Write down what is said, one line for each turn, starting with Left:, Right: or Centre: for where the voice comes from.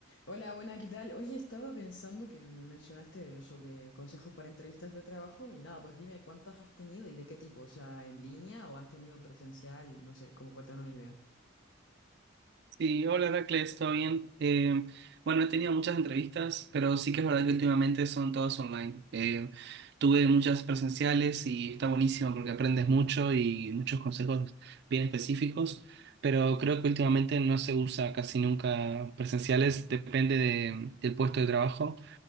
Left: Hola, buena, ¿qué tal? Oye, estaba pensando que me mencionaste sobre consejos para entrevistas de trabajo y nada, pues dime cuántas has tenido y de qué tipo, o sea, en línea o has tenido presencial, no sé, como para tener una idea.
Right: Sí, hola Heracles, ¿todo bien? Eh, bueno, he tenido muchas entrevistas, pero sí que es verdad que últimamente son todas online. Eh, tuve muchas presenciales y está buenísimo porque aprendes mucho y muchos consejos bien específicos, pero creo que últimamente no se usa casi nunca presenciales, depende de- del puesto de trabajo